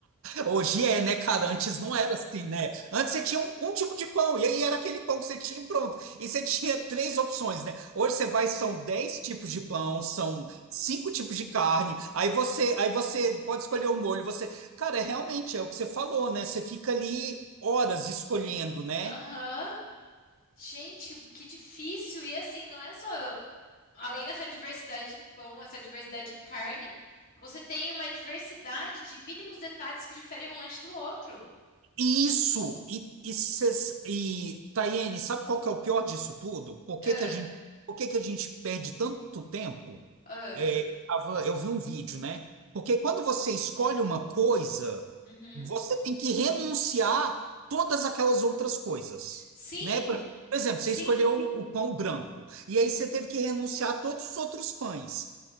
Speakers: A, on the right (about 65°); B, on the left (about 40°).
A: hoje é, né, cara? Antes não era assim, né? Antes você tinha um, um tipo de pão, e aí era aquele pão que você tinha e pronto. E você tinha três opções, né? Hoje você vai, são dez tipos de pão, são cinco tipos de carne, aí você, aí você pode escolher o molho. Você, cara, é realmente é o que você falou, né? Você fica ali horas escolhendo, né?
B: Aham. Gente, que difícil. E assim, não é só. Além dessa diversidade de pão, essa diversidade de carne, você tem uma diversidade de mínimos detalhes que diferem um lanche do outro.
A: Isso, e, e, cês- e Tayene, sabe qual que é o pior disso tudo? Por
B: Ah,
A: que que a gente, por que que a gente perde tanto tempo?
B: ah.
A: É, tava- eu vi um vídeo, né? Porque quando você escolhe uma coisa,
B: Uhum.
A: você tem que renunciar todas aquelas outras coisas,
B: Sim,
A: né? Por por exemplo,
B: sim.
A: você escolheu o pão branco, e aí você teve que renunciar a todos os outros pães.